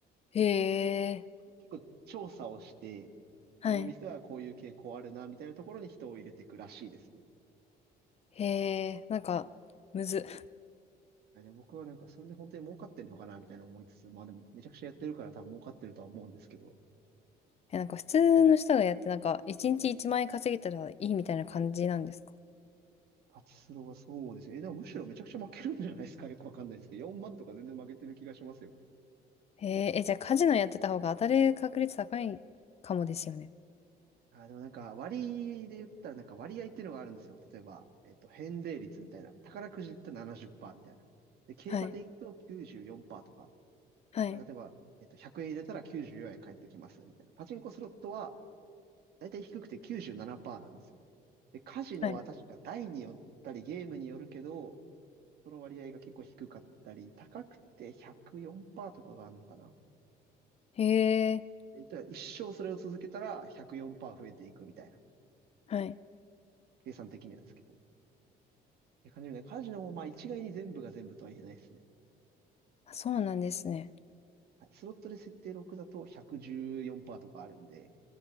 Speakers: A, on the left; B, on the right.
A: へえ。
B: 結構調査をして、
A: はい。
B: この店はこういう傾向あるな、みたいなところに人を入れていくらしいですよ。
A: へえ。なんか、むず。
B: あでも僕はなんかそれで本当に儲かってんのかな、みたいな思いつつ、まあでもめちゃくちゃやってるから多分儲かってるとは思うんですけど。
A: え、なんか普通の人がやって、なんか1日1万円稼げたらいいみたいな感じなんですか
B: パチスロはそうですね。え、でもむしろめちゃくちゃ負けるんじゃないですか。<laughs> よくわかんないですけど、4万とか全然負けてる気がしますよ。
A: へえ、え、じゃあカジノやってた方が当たる確率高いかもですよね。
B: あー、でもなんか割で言ったらなんか割合っていうのがあるんですよ。例えば、えっと、返礼率みたいな。宝くじって70%みたいな。で、競馬で言うと94%
A: はい。
B: と
A: はい。
B: か。例えば、えっと、100円入れたら94円返ってきますみたいな。パチンコスロットは大体低くて97%ななパーセントなんですよ。で、カジノは確か台によったりゲームによるけど、
A: はい。
B: その割合が結構低かったり、高くて104%とかがあるのかな。
A: へえ、
B: いたら一生それを続けたら104%増えていくみたいな、
A: はい。
B: 計算的にはですけど。っていう感じでね、カジノもまあ一概に全部が全部とは言えないですね。
A: あ、そうなんですね。
B: はい、スロットで設定6だと114%とかあるんで、